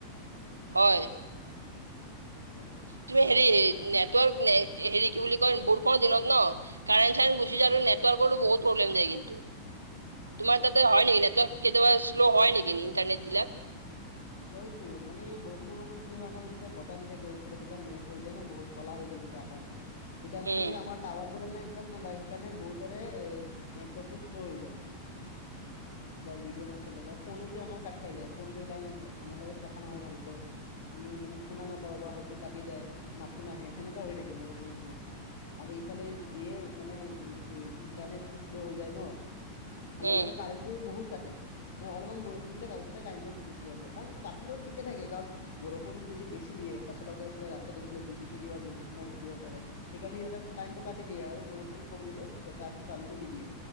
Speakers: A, on the right (about 80°); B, on the left (about 55°).
A: হয়
B: অ
A: তুমি হেৰি নেটৱৰ্ক এ হেৰি কি বুলি কয় বৰষুণৰ দিনত ন কাৰেণ্ট চাৰেণ্ট গুচি যোৱাটো আৰু নেটৱৰ্কৰ বহুত প্ৰব্লেম যায় কিন্তু তোমাৰ তাতে হয় নেকি ন কেতিয়াবা শ্ল' হয় নেকি ইণ্টাৰনেট বিলাক।
B: হয়টো মানে এই বৰষুণৰ সময়ত কি হয় আমাৰ যেতিয়া বতাহ দি থাকে ওপৰত যেতিয়া মেঘ হৈ যায় ন বহুত ক'লা হৈ যায় গোটা আকাশটো তেতিয়া মানে
A: উম
B: সেই টাৱাৰ মোৰ মানে নেটৱৰ্ক নাপাই হেইকানে বহুতৰে নেটৱৰ্ক টো শ্লোৱ হৈ যায় ভিডিঅ নচলে বা ফোনোতো আমাৰ কাট খাই যায় ফোন কৰিলে আমি আনৰ লগত কথা নহয় ভালকৈ আমি মানে শুনা নাপাও বা হয়তো কাটি যায় মাতটো নাহে সেনেকুৱা হয়। হৈ থাকে বৰষুণৰ সময়ত আৰু ইফালে যিয়ে মানে ইন্টাৰনেটটো শ্ল' হৈ যায় ন আৰু
A: উম
B: লগতে কাৰেণ্টটো বহুত কাটে মানে অলপমান বৰষুণ দিলে তাৰপিছতে কাৰেণ্টটো গুচি যাব কাৰণ কাটিলেও ঠিকে থাকে কাৰণ বৰষুণ যদি বেছি‌ দিয়ে পাছত আকৌ এইফালে ৰাস্তাত ইফাল বিজুতি কিবা দুৰ্ঘটনা, ঘটিব পাৰে সেইকাৰণে সিহঁতে কাৰেণ্টটো কাটি দিয়ে আৰু বৰষুণ কমিলে সিহঁতে আকৌ কাৰেণ্টটো দি দিয়ে